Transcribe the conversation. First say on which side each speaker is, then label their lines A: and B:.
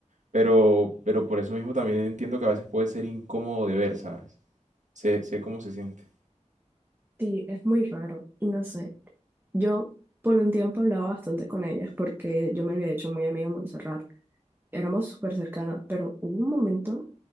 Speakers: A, on the right; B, on the right.
A: Pero, pero por eso mismo también entiendo que a veces puede ser incómodo de ver, ¿sabes? Sé, sé cómo se siente.
B: Sí, es muy raro y no sé. Yo por un tiempo hablaba bastante con ellas porque yo me había hecho muy amiga de Montserrat. Éramos súper cercanas, pero hubo un momento,